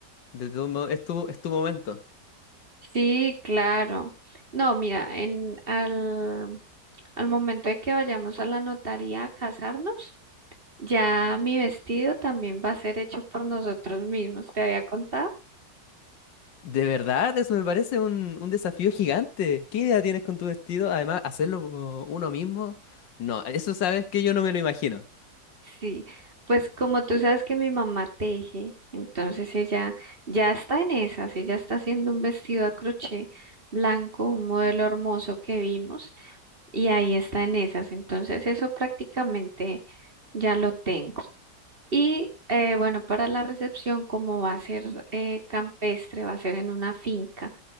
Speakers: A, on the left; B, on the right.
A: De todo modo, es tu, es tu momento.
B: Sí, claro. No, mira, en al, al momento de que vayamos a la notaría a casarnos, ya mi vestido también va a ser hecho por nosotros mismos. ¿Te había contado?
A: De verdad, eso me parece un, un desafío gigante. ¿Qué idea tienes con tu vestido? Además, hacerlo como uno mismo. No, eso sabes que yo no me lo imagino.
B: Sí, pues como tú sabes que mi mamá teje, entonces ella ya está en esas, ella está haciendo un vestido a crochet blanco, un modelo hermoso que vimos, y ahí está en esas, entonces eso prácticamente ya lo tengo. Y eh, bueno, para la recepción, como va a ser eh, campestre, va a ser en una finca,